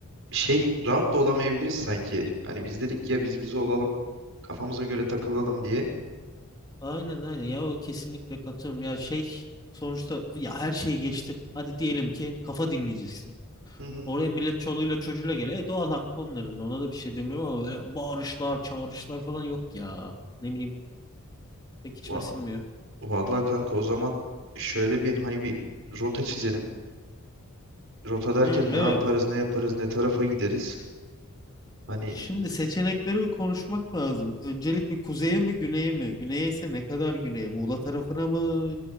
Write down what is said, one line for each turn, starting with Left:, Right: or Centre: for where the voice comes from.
Right: şey rahat da olamayabiliriz sanki. Hani biz dedik ya biz biz olalım. Kafamıza göre takılalım diye.
Left: Aynen aynen ya o kesinlikle katılıyorum ya şey sonuçta ya her şeyi geçtim hadi diyelim ki kafa dinleyeceksin
Right: Hı hı.
Left: oraya millet çoluğuyla çocuğuyla geliyor e doğal hakkı onların da ona da bir şey demiyorum ama böyle bağırışlar çağrışlar falan yok ya ne bileyim pek içime
Right: Va-
Left: sinmiyor.
Right: Vallahi kanka o zaman şöyle bir hani bir rota çizelim. Rota derken
Left: Hı, evet
Right: ne yaparız, ne yaparız, ne tarafa gideriz? Hani
Left: Şimdi seçenekleri bir konuşmak lazım. Öncelikle kuzeye mi güneye mi? Güneye ise ne kadar güneye? Muğla tarafına mı?